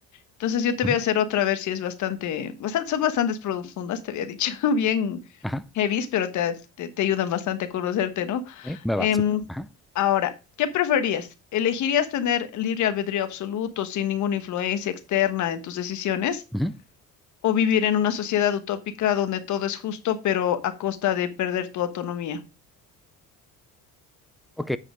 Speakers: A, on the left (about 60°); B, in the centre.
A: Entonces yo te
B: Uh
A: voy
B: -huh.
A: a hacer otra a ver si es bastante, bastante, son bastantes profundas, te había dicho, <laughs> bien.
B: Ajá,
A: heavies, pero te, te, te ayudan bastante a conocerte, ¿no?
B: okay. me va,
A: Em,
B: súper. Ajá.
A: ahora, ¿qué preferías? ¿Elegirías tener libre albedrío absoluto sin ninguna influencia externa en tus decisiones?
B: Uh-huh.
A: ¿O vivir en una sociedad utópica donde todo es justo, pero a costa de perder tu autonomía?
B: Ok,